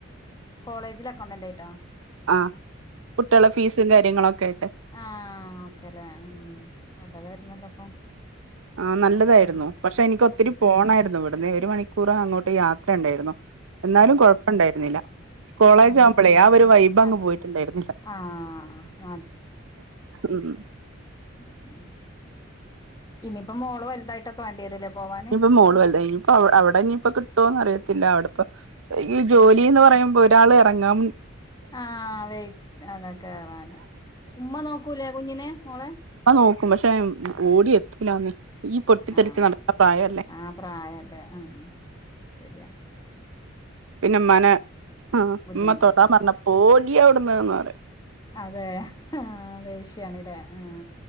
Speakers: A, on the left; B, on the right.
A: കോളേജിൽ അക്കൗണ്ടന്റ് ആയിട്ടാ
B: ആ കുട്ടികളെ ഫീസും കാര്യങ്ങള ഒക്കെ ആയിട്ട്
A: ആഹ് ഓക്കേല്ലേ ഉം നല്ലതായിരുന്നല്ലോ അപ്പൊ
B: ആഹ്‌
A: നല്ല
B: നല്ലതായിരുന്നു
A: വർക്ക്
B: പക്ഷെ എനിക്ക്
A: ആഹ്
B: ഒത്തിരി പോണായിരുന്നു ഇവിടുന്ന് ദെ ഒരു മണിക്കൂറ അങ്ങോട്ട് യാത്ര ഉണ്ടായിരുന്നു
A: അയ്യോ
B: എന്നാലും കൊഴപ്പുണ്ടായിരുന്നില്ല കോളേജ്
A: ഉം
B: ആവുമ്പോളേ
A: ഉം
B: ആ ഒരു വൈബ് അങ്ങ്
A: ആഹ്
B: പോയിട്ടുണ്ടായിരുന്നില്ല
A: ആഹ്
B: ഉം
A: ഉം ഉം ഇനിയിപ്പോ മോള് വലുതായിട്ടൊ - വാൺണ്ടേരുല്ലേ പോവാൻ
B: ഇഞ്ഞിയിപ്പോ മോളുവലുതായി ഇഞ്ഞിപ്പോ അവിടെ ഇത്തിപ്പൊ കിട്ടോന്ന് അറിയത്തില്ല അവിടെപ്പൊ റി ഈ ജോലി
A: ഉം
B: എന്ന് പറയുമ്പോ ഒരാൾ ഇറങ്ങം
A: ആഹ വെറ്റ് അതെ കേറാന് ഉമ്മ നോക്കൂലേ കുഞ്ഞിനെ മോളെ
B: ആഹ് നോക്കും പക്ഷേ ഓടിയ എത്തൂലന്ന് ഈ പൊട്ടിത്തെറിച്ച്
A: ആഹ്
B: നടക്കാ പ്രായല്ലേ
A: ആ പ്രായല്ലേ ആ ശരിയാ അ
B: പിന്നെ ഇമ്മാനെ അ
A: ബുദ്ധിമുട്ടിക്കണ്ട
B: ഇമ്മ തൊടാൻപറഞ്ഞ പോടിയവിടുന്ന് എന്ന് പറയും
A: അതെ ആ ദേഷ്യണല്ലേ ആ